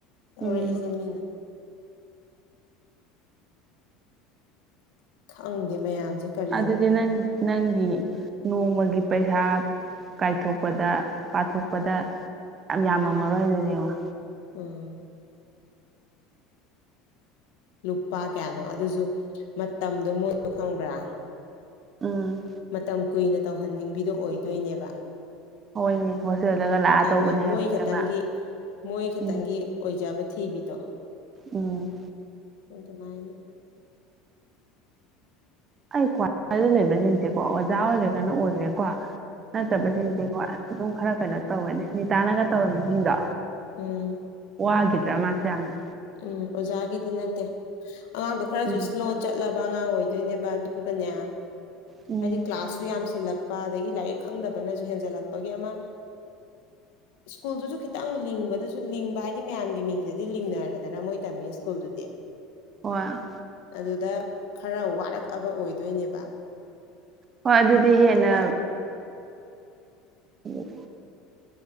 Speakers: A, on the left; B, on the right.
A: ꯇꯧꯔꯛꯏꯁꯦ
B: ꯎꯝ
A: ꯃꯤꯅ ꯈꯪꯗꯦ ꯃꯌꯥꯝꯁꯦ ꯀꯔꯤꯅꯣ
B: ꯑꯗꯨꯗꯤ ꯅꯪ ꯅꯪꯒꯤ ꯅꯣꯡꯃꯒꯤ ꯄꯩꯁꯥ ꯀꯥꯏꯊꯣꯛꯄꯗ ꯄꯥꯊꯣꯛꯄꯗ ꯌꯥꯝ ꯌꯥꯝꯃꯥꯝꯃꯥꯔꯣꯏ ꯑꯗꯨꯗꯤ ꯌꯦꯡꯉꯣ
A: ꯎꯝ ꯂꯨꯄꯥ ꯀꯌꯥꯅꯣ ꯑꯗꯨꯁꯨ ꯃꯇꯝꯗꯣ ꯃꯣꯏꯗꯣ ꯈꯪꯕ꯭ꯔꯥ
B: ꯎꯝ
A: ꯃꯇꯝ ꯀꯨꯏꯅ ꯇꯧꯍꯟꯅꯤꯡꯕꯤꯗꯣ ꯑꯣꯏꯗꯣꯏꯅꯦꯕ
B: ꯍꯣꯏꯅꯦ ꯍꯣꯁꯇꯦꯜꯗꯒ ꯂꯥꯛꯑ ꯇꯧꯕꯅꯦ
A: ꯑꯃ
B: ꯍꯥꯏꯕ
A: ꯃꯣꯏ ꯈꯛꯇꯪꯒꯤ
B: ꯑꯃ
A: ꯃꯣꯏ ꯈꯛꯇꯪꯒꯤ
B: ꯎꯝ
A: ꯑꯣꯏꯖꯥꯕ ꯊꯤꯕꯤꯗꯣ
B: ꯎꯝ
A: ꯑꯗꯨꯃꯥꯏꯅ
B: ꯑꯩ ꯀ꯭ꯋꯥꯗ ꯂꯩꯕꯁꯤꯡꯁꯦꯀꯣ ꯑꯣꯖꯥ ꯑꯣꯏꯒꯔꯒꯅ ꯑꯣꯏꯒꯔ꯭ꯦ ꯀꯣ ꯅꯠꯇꯕꯁꯤꯡꯁꯦ
A: ꯎꯝ
B: ꯍꯣꯏ ꯑꯗꯨꯝ ꯈꯔ ꯀꯩꯅꯣ ꯇꯧꯒꯅꯤ ꯅꯤꯇꯥꯅꯒ ꯇꯧꯔꯝ ꯃꯤꯁꯤꯡꯗꯣ
A: ꯎꯝ
B: ꯋꯥꯈꯤꯗ꯭ꯔꯥ ꯃꯥꯁꯦ ꯌꯥꯝꯅ
A: ꯎꯝ ꯑꯣꯖꯥꯒꯤꯗꯤ ꯅꯠꯇꯦ ꯑꯉꯥꯡꯗꯣ ꯈꯔꯁꯨ
B: ꯎꯝ
A: ꯁ꯭ꯂꯣ ꯆꯠꯂꯕ ꯑꯉꯥꯡ ꯑꯣꯏꯗꯣꯏꯅꯦꯕ ꯑꯗꯨꯒꯅꯦ
B: ꯎꯝ
A: ꯍꯥꯏꯗꯤ ꯀ꯭ꯂꯥꯁꯁꯨ ꯌꯥꯝꯁꯤꯜꯂꯛ ꯄꯥꯗꯒꯤ ꯂꯥꯏꯔꯤꯛ ꯈꯪꯗꯕꯅꯁꯨ ꯍꯦꯟꯖꯜꯂꯛꯄꯒꯤ ꯑꯃ ꯁ꯭ꯀꯨꯜꯗꯨꯁꯨ ꯈꯤꯇꯪ ꯂꯤꯡꯕꯗꯁꯨ ꯂꯤꯡꯕ ꯍꯥꯏꯗꯤ ꯃꯌꯥꯝꯒꯤ ꯃꯤꯡꯗꯗꯤ ꯂꯤꯡꯅꯔꯦ ꯅꯥꯅꯥꯎ ꯃꯣꯏ ꯇꯝꯕ ꯏꯁ꯭ꯀꯨꯜꯗꯨꯗꯤ
B: ꯋꯥ
A: ꯑꯗꯨꯗ ꯈꯔ ꯋꯥꯔꯛꯑꯕ ꯑꯣꯏꯗꯣꯏꯅꯦꯕ
B: ꯍꯣꯏ ꯑꯗꯨꯗꯤ ꯍꯦꯟꯅ
A: ꯑꯃ
B: ꯎꯝ